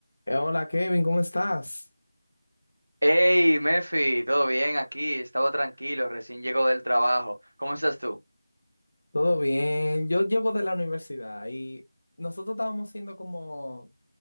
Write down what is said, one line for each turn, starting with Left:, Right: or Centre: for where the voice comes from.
Left: Eh, Hola Kevin, ¿cómo estás?
Right: Hey, Mefi, ¿todo bien aquí? Estaba tranquilo, recién llego del trabajo. ¿Cómo estás tú?
Left: Todo bien, yo llego de la universidad y nosotros estábamos haciendo como